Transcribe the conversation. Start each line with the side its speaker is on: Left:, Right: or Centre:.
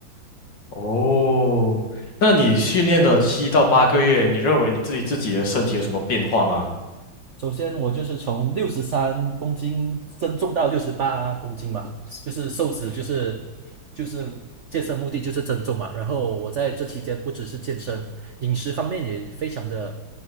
Left: 哦，那你训练了七到八个月，你认为你自己自己的身体有什么变化吗？
Right: 首先，我就是从六十三公斤增重到六十八公斤嘛，就是瘦子，就是就是健身目的就是增重嘛。然后我在这期间不只是健身，饮食方面也非常的